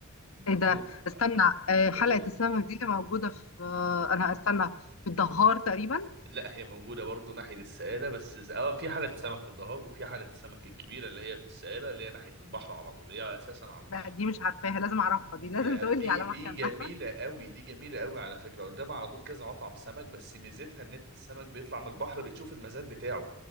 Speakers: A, on the right (about 55°); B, on the left (about 90°).
A: جوه
B: ايه ده استنى
A: آه،
B: آه، حلقة
A: قولي
B: السمك دي اللي موجودة في آه، انا استنى في الدهار تقريبا
A: لا هي موجودة برضو ناحية السقالة بس ز- اه في حالة السمك في الظهر وفي حالة السمك الكبيرة اللي هي في السقالة اللي هي ناحية البحر على طول اللي هي أساسا على البحر
B: لا دي مش عارفاها لازم اعرفها دي لازم
A: يا
B: تقول
A: دي
B: لي على
A: دي
B: مكانها
A: جميلة
B: <laughs>
A: قوي دي جميلة قوي على فكرة قدامها على طول كذا مطعم سمك بس ميزتها إن أنت السمك بيطلع من البحر بتشوف المزاد بتاعه